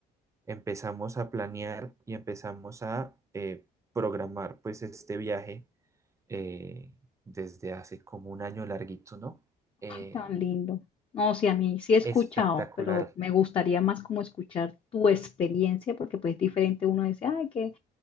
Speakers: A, on the right; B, on the left.
A: empezamos a planear y empezamos a eh, programar pues este viaje eh, desde hace como un año larguito, ¿no? Eh,
B: Tan lindo. No, sí, a mí sí he escuchado,
A: espectacular.
B: pero me gustaría más como escuchar tu experiencia, porque pues es diferente uno dice, ay, que